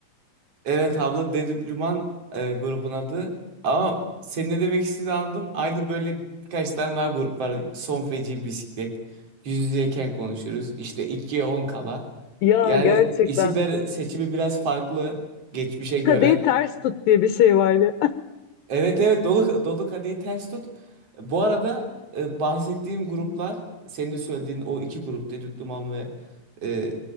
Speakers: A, on the right; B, on the left.
A: Evet abla Dedüplüman e, grubun adı. Ama senin ne demek istediğini anladım. Aynı böyle birkaç tane daha grup var. Son feci bisiklet. Yüz yüzeyken konuşuruz. İşte 2'ye 10 kala.
B: Ya
A: Yani
B: gerçekten
A: isimler seçimi biraz farklı geçmişe göre.
B: kadehi ters tut diye bir şey var ya.
A: Evet evet dolu dolu kadehi ters tut. Bu arada e, bahsettiğim gruplar senin de söylediğin o iki grup Dedüp Duman ve e,